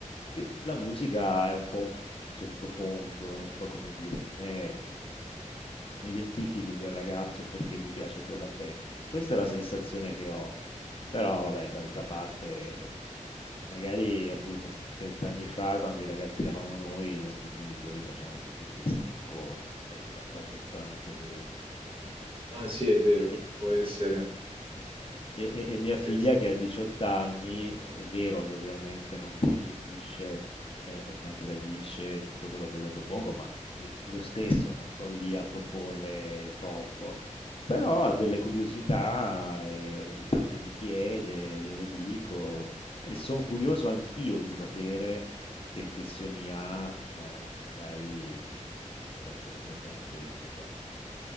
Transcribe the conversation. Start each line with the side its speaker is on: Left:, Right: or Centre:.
Left: che la musica è un po' un un sottofondo, non so come dire, non è non identifichi quel ragazzo perché gli piace quella band. Questa è la sensazione che ho, però vabbè, d'altra parte Magari appunto 30 anni fa, quando i ragazzi eravamo noi, i nostri genitori facevano questi stessi discorsi, insomma, va, va detto anche questo.
Right: Ah sì, è vero,
Left: E-
Right: può essere.
Left: eh. E, e- e mia figlia
Right: È
Left: che ha 18 anni, è vero che ovviamente non recepisce e, e non gradisce tutto quello che le propongo, ma io, io stesso non sto lì a proporle troppo, però ha delle curiosità e ogni tanto mi chiede, io le dico e sono curioso anch'io di sapere che impressioni ha eh, magari di, di- di- di alcune band che, che io amavo.